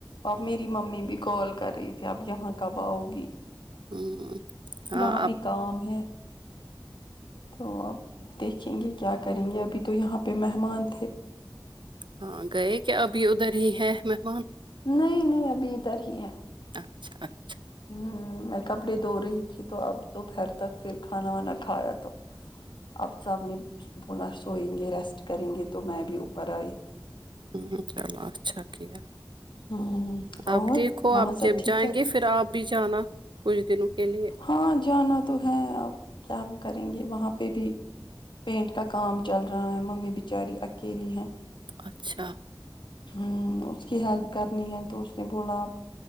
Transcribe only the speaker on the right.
ہوں ہاں
آپ
ہاں گئے کیا ابھی ادھر ہی ہے مہمان
اچھا اچھا
ہوں چلو اچھا کیا
اب
دیکھو
آپ
جب
جائیں
گے پھر آپ بھی جانا کچھ دنوں کے لیے
اچھا